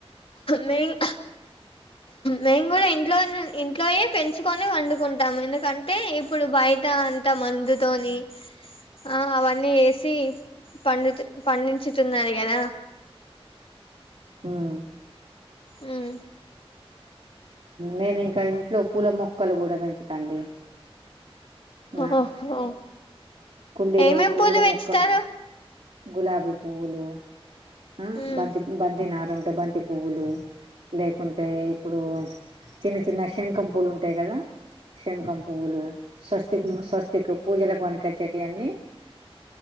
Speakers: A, on the left; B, on the right.
A: మీమ్ మేము కూడా ఇంట్లో ఇంట్లో పెంచుకొని వండుకుంటాము ఎందుకంటే ఇప్పుడు బయట అంత మందు తోని ఆ అవన్నీ వేసి పండితు పండించుతున్నారు కదా
B: మ్మ్
A: మ్మ్
B: నేను ఇంకా ఇంట్లో పూల మొక్కలు కూడా పెంచుతాండి నా
A: ఓహో
B: కుండీలో
A: ఏమ్ ఏమ్ మేం
B: పూల
A: పూలు పెంచుతారు
B: మొక్క గులాబీ పువ్వులు మ్మ్
A: ఉమ్
B: బంతి బంతినారు ఉంటే బంతి పువ్వులు లేకుంటే ఇప్పుడు చిన్న చిన్న శంఖం పూలు ఉంటాయి కదా శంఖం పువ్లు స్వస్తి స్వస్తికి పూజలకు వనక చెటి అన్నిీ